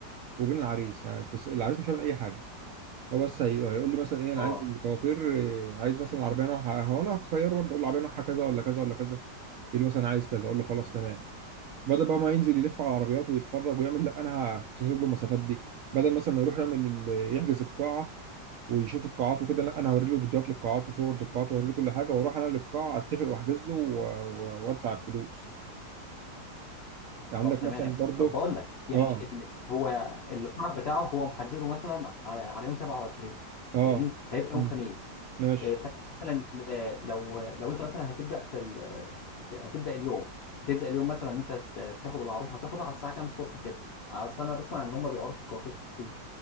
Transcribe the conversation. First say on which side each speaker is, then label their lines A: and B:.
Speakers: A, on the right (about 70°); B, on the left (about 65°).
A: وبين العريس يعني التص- العريس مش هيعمل اي حاجه هو بس هي- هيقول لي مثلا ايه انا
B: اه
A: عايز الكوافير إيه، عايز مثلا العربيه نوعها هو انا هخيره برضه اقول له العربيه نوعها كذا ولا كذا ولا كذا يقول لي مثلا عايز كذا اقول له خلاص تمام بدل بقى ما ينزل يلف على العربيات ويتفرج ويعمل لا انا هختصر له المسافات دي بدل مثلا ما يروح يعمل ال- يحجز القاعه ويشوف القاعات وكده لا انا هوري له فيديوهات للقاعات وصور للقاعات واوري له كل حاجه واروح انا للقاعه اتفق واحجز له و- و- وادفع الفلوس يعني
B: طب
A: عندك
B: تمام
A: مثلا برضه
B: طب بقول لك يعني
A: اه
B: إن هو الفرح بتاعه هو محدده مثلا على على يوم 27
A: اه
B: فاهمني هيبقى يوم
A: مم.
B: خميس
A: ماشي
B: آه، فمثلا آه، لو لو انت مثلا هتبدا في, ال... في هتبدا اليوم هتبدا اليوم مثلا ان انت ت- تاخد العروسه هتاخدها على الساعه كام الصبح كده اصل انا بسمع ان هم بيعرفوا الكوافير كتير